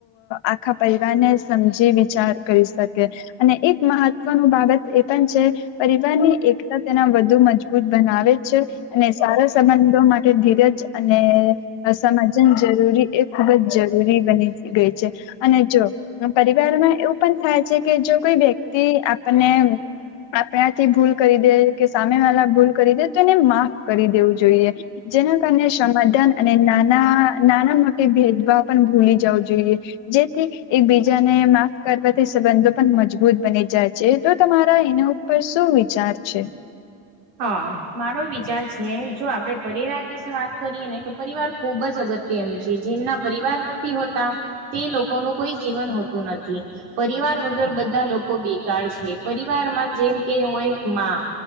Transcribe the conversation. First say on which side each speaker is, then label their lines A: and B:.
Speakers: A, on the left (about 70°); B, on the right (about 85°).
A: આખા પરિવારને સમજી વિચાર કરી શકે, અને એક મહત્વ ત્વ બાબત એ પણ છે, પરિવાર ની એકતા તેના વધુ મજબૂત બનાવે છે, અને સારા સંબંધો માટે ધીરજ અને સમાજન જરૂરી એ ખુબ જ જરૂ- જરી બની ગઈ છે, અને જો પરિવારમાં એવું પણ થાય છે કે જો કોઈ વ્યક્તિ આપને આપણાથી ભૂલ કરી દે કે સામે વાળા ભૂલ કરી દે તો એને માફ કરી દેવું જોઈએ. જેના કારણે સમાધાન અને નાના નાના મોટી ભેદભાવ ભૂલી જવું જોઈએ, જેથી એકબીજાને માફ કરવાથી સંબંધો પણ મજબૂત બને. જા છે તો તમારા એના ઉપર શું વિચાર છે?
B: હા મારો વિચાર છે જો આપડે પરિવાર વિશે વાત કરીએ ને તો પરિવાર ખુબ જ અગત તિયાં જેમના પરિવાર નથી હોતા, તે લોકોનું કોઈ જીવન હોતું નથી, પરિ પરિવાર વગર બધા લોકો બેકારળ છે પરિવારમાં જેમ કે હોય માં,